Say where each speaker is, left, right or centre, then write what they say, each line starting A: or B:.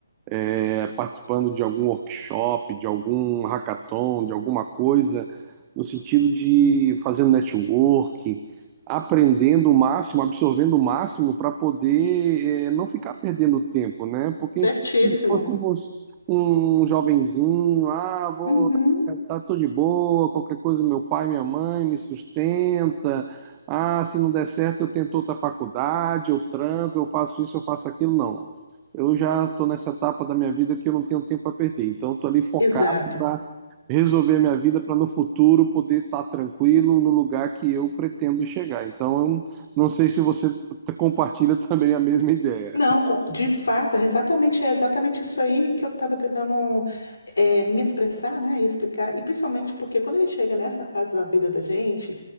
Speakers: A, on the right (about 20°); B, on the left (about 65°).
A: é, participando de algum workshop, de algum hackathon, de alguma coisa, no sentido de fazendo networking, aprendendo o máximo, absorvendo o máximo para poder é, não ficar perdendo tempo, né? Porque
B: certíssimo.
A: se fôssemos um jovenzinho, ah, vou
B: Uhum,
A: Tá, tô de boa, qualquer coisa, meu pai, minha mãe me sustenta. Ah, se não der certo, eu tento outra faculdade, eu tranco, eu faço isso, eu faço aquilo. Não eu já estou nessa etapa da minha vida que eu não tenho tempo para perder. Então, estou ali focado
B: Exato.
A: para resolver a minha vida para no futuro poder estar tranquilo no lugar que eu pretendo chegar. Então, eu não não sei se você t- compartilha <laughs> também a mesma ideia.
B: Não, co- de fato, é exatamente, é exatamente isso aí que eu estava tentando é, me expressar, né, e explicar, e principalmente porque quando a gente chega nessa fase da vida da gente,